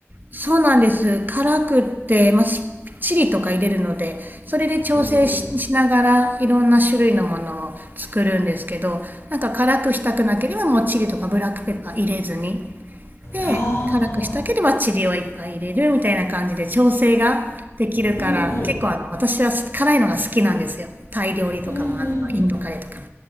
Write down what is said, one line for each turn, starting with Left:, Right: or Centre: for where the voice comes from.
Right: そうなんです辛くって、まあ、すチリとか入れるのでそれで調整し、
Left: うんうん。
Right: しながらいろんな種類のものを作るんですけどなんか辛くしたくなければもうチリとかブラックペッパー入れずにで辛くしたければチリをいっぱい入れるみたいな感じで調整ができるから結構あの私は辛いのが好きなんですよタイ料理とかもあのインドカレーとかも
Left: ああ、うんうん。うんうんうん。